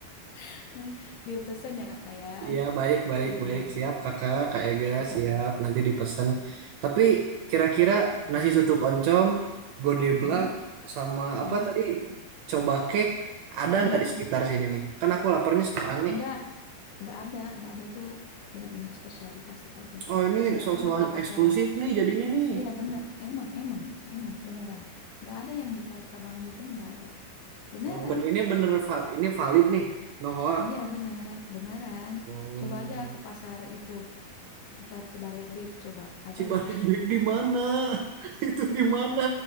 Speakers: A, on the left; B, on the right.
A: <laughs> Dipesen ya Kakak ya.
B: Iya, baik, baik,
A: Heeh.
B: baik. Siap, kakak, Kak Ega,
A: Heeh.
B: siap. Nanti dipesan. Tapi kira-kira
A: Heeh.
B: nasi tutuk oncom, godeblak,
A: Heeh.
B: sama
A: Heeh.
B: apa tadi, coba cake, ada
A: Heeh.
B: nggak di sekitar sini nih? Kan aku laparnya sekarang nih.
A: Enggak, enggak ada, enggak ada itu benar-benar spesial di Tasik aja.
B: Oh, ini
A: Mereka
B: soal-soal
A: enggak buka
B: eksklusif
A: cabang.
B: nih jadinya nih.
A: Iya bener, emang, emang, emang beneran. Enggak ada yang buka cabang gitu, enggak ada. Beneran,
B: Oh, ben ini bener, val- ini valid nih. No hoax.
A: iya beneran, beneran.
B: Oh.
A: Coba aja ke pasar itu, ke pasar Cibaregbek, coba. Ada
B: Cibareng
A: nggak
B: Baik di mana? <laughs> Itu di mana?